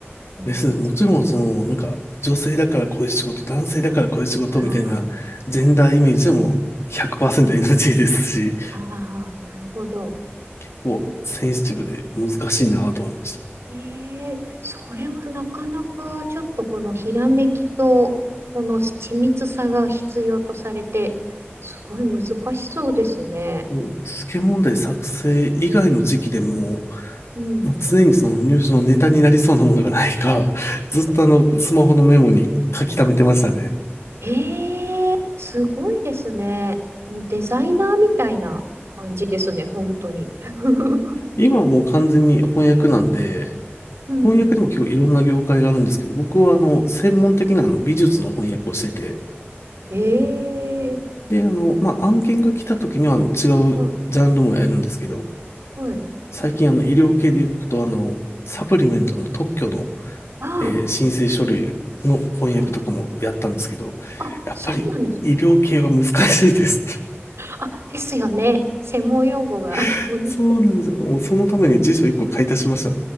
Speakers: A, on the right; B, on the left.
A: 問題つく。
B: ですね、もちろん、その、なんか、女性だからこういう仕事、男性だからこういう仕事みたいな、
A: あ
B: ジェンダーイメージでも 100%NG ですし、
A: あ、ああ、なるほど。
B: 結構センシティブで難しいなと思いました。
A: ええ、それはなかなかちょっとこのひらめきとこの緻密さが必要とされて、すごい難しそうですね。
B: もう、試験問題作成以外の時期でも、
A: うん。
B: 常にその入試のネタになりそうなものがないか、<laughs> ずっとあの、スマホのメモに書き溜めてましたね。
A: ええ、すごいですね。もうデザイナーみたいな感じですね、本当に。<laughs>
B: 今はもう完全に翻訳なんで、
A: うん。
B: 翻訳でも結構いろんな業界があるんですけど、僕はあの、専門的なあの美術の翻訳をしてて、
A: ええ
B: で、あの、まあ、案件が来た時にはあの、違うジャンルもやるんですけど、
A: はい。はい。
B: 最近あの、医療系で行くとあの、サプリメントの特許の
A: あ
B: えー申請書類の翻訳とかもやったんですけど、
A: あ、はい。あ、
B: やっぱり医療系は難しいです。
A: そうなんです。あ、ですよね。専門用語が。
B: <laughs>
A: <laughs> 難しい
B: そうなんですよ。もうそのために辞書1個買い足しました。